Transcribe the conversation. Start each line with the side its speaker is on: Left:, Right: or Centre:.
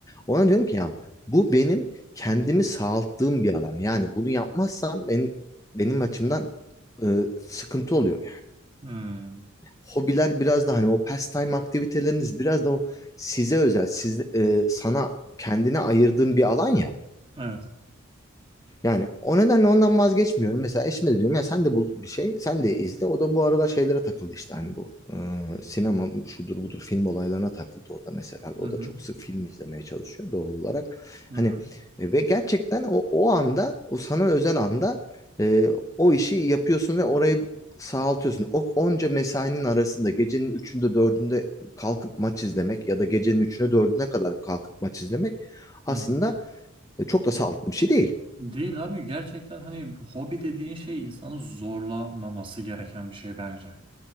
Left: Ona diyorum ki ya bu benim kendimi sağalttığım bir alan. Yani bunu yapmazsam benim, benim açımdan e, sıkıntı oluyor yani.
Right: Hmm.
Left: Hobiler biraz da hani o pastime aktiviteleriniz biraz da o size özel, siz, e, sana kendine ayırdığın bir alan ya.
Right: Evet.
Left: Yani o nedenle ondan vazgeçmiyorum. Mesela eşime de diyorum ya sen de bul bir şey, sen de izle. O da bu aralar şeylere takıldı işte hani bu e, sinema şudur budur film olaylarına takıldı o da mesela. O
Right: Hı hı.
Left: da çok sık film izlemeye çalışıyor doğal olarak.
Right: Hı
Left: Hani
Right: hı.
Left: e, ve gerçekten o, o anda, o sana özel anda e, o işi yapıyorsun ve orayı sağaltıyorsun. O onca mesainin arasında gecenin üçünde dördünde kalkıp maç izlemek ya da gecenin üçüne dördüne kadar kalkıp maç izlemek
Right: Hı
Left: aslında
Right: hı.
Left: e, çok da sağlıklı bir şey değil.
Right: Değil abi gerçekten hani hobi dediğin şey insanı zorlamaması gereken bir şey bence.